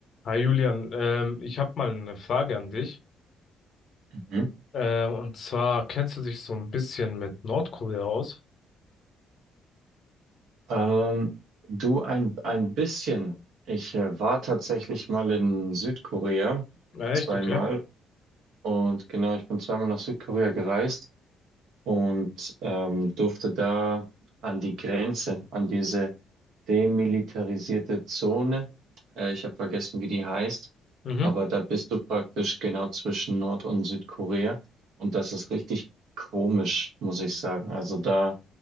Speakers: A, on the left; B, on the right.
A: Hi Julian, ähm, ich habe mal eine Frage an dich.
B: Mhm.
A: Ähm, und zwar, kennst du dich so ein bisschen mit Nordkorea aus?
B: Ähm, du ein, ein bisschen. Ich äh, war tatsächlich mal in Südkorea
A: Ah,
B: zweimal
A: echt, okay.
B: und genau, ich bin zweimal nach Südkorea gereist und ähm, durfte da an die Grenze, an diese demilitarisierte Zone. Äh, ich habe vergessen, wie die heißt,
A: Mhm.
B: aber da bist du praktisch genau zwischen Nord- und Südkorea und das ist richtig komisch, muss ich sagen. Also da,